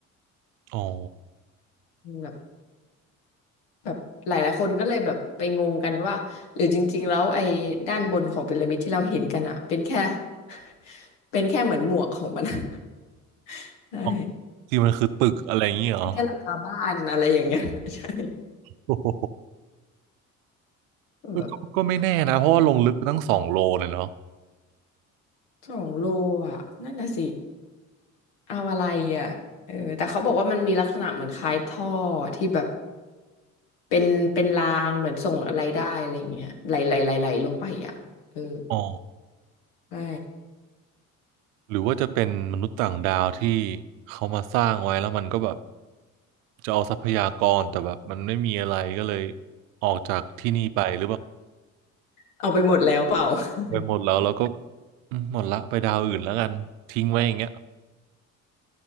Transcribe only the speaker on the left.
แบบแบบหลายหลายคนก็เลยแบบไปงงกันว่าหรือจริงๆแล้วไอ้ด้านบนของพีระมิดที่เราเห็นกันอะเป็นแค่ <laughs> เป็นแค่เหมือนหมวกของมัน <laughs> ใช่
เป็นแค่หลังคาบ้านอะไรอย่างเงี้ย <laughs> ใช่
แบบ
สองโลอ่ะนั่นน่ะสิเอาอะไรอ่ะเออแต่เขาบอกว่ามันมีลักษณะเหมือนคล้ายท่อที่แบบ เป็นเป็นรางเหมือนส่งอะไรได้อะไรเงี้ยไหลไหลไหลไหลลงไปอ่ะเออ
ใช่
เอาไปหมดแล้วเปล่า <laughs>